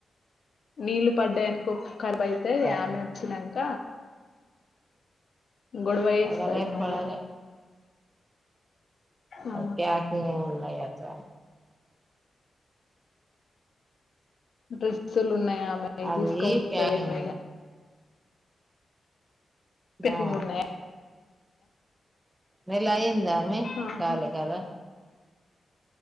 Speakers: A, on the left; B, on the right.
A: నీళ్లు పడ్డాయి అనుకో కరాబ్ అయితాయి
B: డబ్బ
A: ఆమె వచ్చినాంక. గొడవ చేస్తది
B: పడలే
A: మళ్ళా.
B: పడలే
A: ఆ
B: అక్కయ్య అట్లనే ఉన్నాయి అట్లా.
A: డ్రెస్లు ఉన్నాయి ఆమెవి
B: అవి
A: తీసుకపోతదేమో
B: ప్యాకింగ్
A: ఇగ. పెటింగ్
B: ఆ
A: ఉన్నాయా.
B: నెలయిందామే
A: ఆహా
B: కాలే కదా.